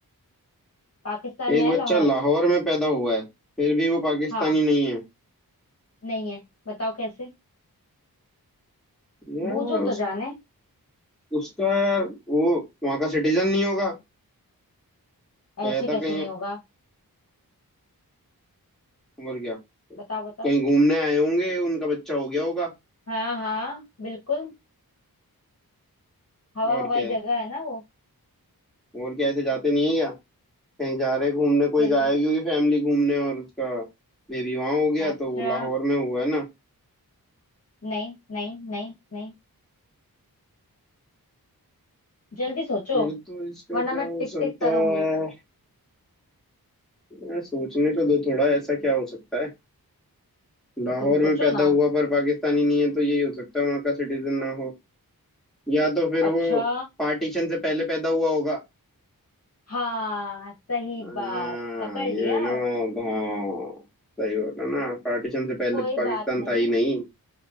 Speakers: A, on the left; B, in the centre.
A: पाकिस्तान में
B: एक
A: है
B: बच्चा
A: लाहौर
B: लाहौर में पैदा हुआ है फिर भी वो पाकिस्तानी
A: हाँ
B: नहीं है
A: नहीं है बताओ कैसे
B: यार
A: बूझो
B: उस
A: तो जाने
B: उसका यार वो वहाँ का सिटीजन नहीं होगा पैदा
A: ऐसे कैसे
B: कहीं
A: नहीं होगा
B: और क्या
A: बताओ बताओ
B: कहीं घूमने आए होंगे उनका बच्चा हो गया होगा
A: हाँ हाँ बिल्कुल हवा
B: और
A: हवाई
B: क्या है
A: जगह है ना वो
B: और क्या ऐसे जाते नहीं है कहीं जा रहे घूमने कोई
A: जल्दी
B: गायब ही हुई फैमिली घूमने और उसका बेबी वहां हो गया
A: अच्छा
B: तो वो लाहौर में हुआ है ना
A: नहीं नहीं नहीं नहीं जल्दी सोचो
B: फिर तो इसका
A: वरना
B: क्या
A: मैं
B: हो
A: टिक
B: सकता
A: टिक करूंगी
B: है मैं सोचने तो दो थोड़ा ऐसा क्या हो सकता है लाहौर
A: तो तुम
B: में
A: सोचो
B: पैदा
A: ना
B: हुआ पर पाकिस्तानी नहीं है तो यही हो सकता है वहां का सिटीजन ना हो या तो फिर
A: अच्छा
B: वो पार्टीशन से पहले पैदा हुआ होगा
A: हाँ सही
B: हाँ
A: बात पकड़ लिया
B: ये भी ना हाँ सही बोला ना पार्टीशन से पहले
A: कोई
B: तो पाकिस्तान
A: बात नहीं
B: था ही नहीं